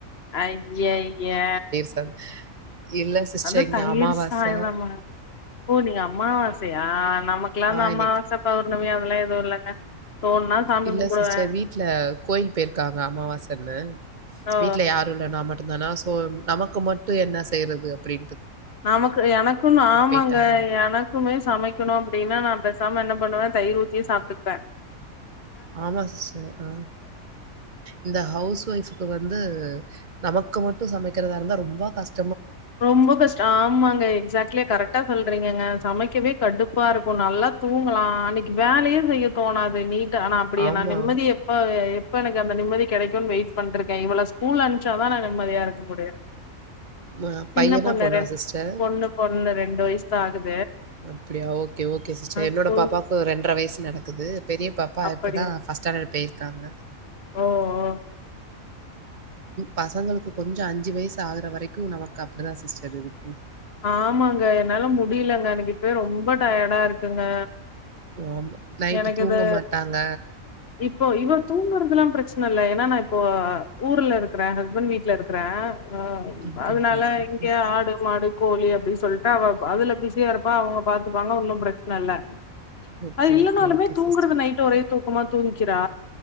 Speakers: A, on the left; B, on the right.
A: ஐய்யைய்யா
B: சாதம். இல்ல சிஸ்டர்
A: அது தயிர்
B: இங்க அமாவாசை.
A: சாதமா ஓ நீங்க அம்மாவசையா நமக் லா அந்து
B: ஆ
A: அம்மாவாச
B: இன்னைக்கு
A: பௌர்ணமி அதெல்லா எது இல்லங்க தோணுனா சாமி
B: இல்ல
A: கும்பிடுவே
B: சிஸ்டர் வீட்டு்ல கோயில் போயிருக்காங்க அம்மாவாசன்னு
A: ஓ
B: வீட்ல யாரு இல்ல நா மட் தனா சோ நமக்கு மட்டு என்ன செய்றது அப்டி
A: நமக்கு எனக்குன் ஆமாங்க
B: போயிட்டாங்க.
A: எனக்குமே சமைக்கணு அப்டினா நா பெஸ் சாம என்ன பண்ணுவே தயிர் ஊத்தியே சாப்ட்டுப்ப
B: ஆமா சிஸ்டர் அ இந்த ஹவுஸ் ஒய்ஃப்க்கு வந்து நமக்கு மட்டு சமைக்றதா இருந்தா ரொம்ப கஸ்
A: ரொம்பொ கஷ்ட் ஆமாங்க எக்ஸாக்ட்லே கரட்டா சொல்றீங்கங்க சமைக்கவே கடுப்பா இருக்கு நல்லாத் தூங்கலா அன்னக்கி வேலயே செய்ய தோணாது நீ டு ஆனா அப்படியே
B: ஆமா.
A: நா நிம்மதி எப்போ இப்ப எனக்கு அந்த நிம்மதி கெடைக்குன் வெயிட் பண்ட்ருக்க இவள ஸ்கூல் அன்ச்சாதா நா நிம்மதியா இருக்க முடியு
B: ம
A: சின்ன
B: பையனா,
A: பொண்ணு
B: பொண்ணா
A: ரெண்
B: சிஸ்டர்?
A: பொண்ணு பொண்ணு ரெண் ண்டு வய்ஸ்தா ஆகுத்
B: அப்டியா ஓகே ஓகே சிஸ்டர் என்னோட
A: ஸ்கூல்
B: பாப்பாக்கு ரெண்டர வய்ஸ் நடக்குது பெரிய பாப்பா
A: அப்படியா
B: இப்பத பஃர்ஸ்ட் ஸ்டாண்டர்ட் போயிருக்காங்க
A: ஓ ஓ
B: பசங்களுக்கு கொஞ்சம் அஞ்சு வயசு ஆகுற வரைக்கும் நமக்கு அப்படிதான் சிஸ்டர் இருக்கும்
A: ஆமாங்க என்னால முடியலங்க எனக்கு இப்பய ரொம்ப டயர்டா இருக்குங்க
B: ஆமா. நைட்டு
A: எனக்கு
B: தூங்க
A: இது
B: மாட்டாங்க.
A: இப்போ இவ தூங்கறதெல்லாம் பிரச் சொன்னேல்ல ஏன்னா நா இப்ப ஊர்ல இருக் க்கற ஹஸ்பண்ட் வீட்ல இருக்கறே ஆ
B: ஓகே,
A: அதனால
B: ஓகே, ஓகே.
A: இங்கே
B: ம்.
A: ஆடு மாடு கோழி அப்டி சொல்ட்டா அவ அதுல பிஸியா இருப்பா அவங்க பாத்துப்பாங்க ஒண்ணும் பிரச்ன இல்ல
B: ஓகே,
A: அது இல்லேனாலுமே
B: ஓகே, ஓகே
A: தூங்குறது
B: சிஸ்டர்.
A: நைட்டு் ஒரே தூக்கமா தூங்கிக்கிரா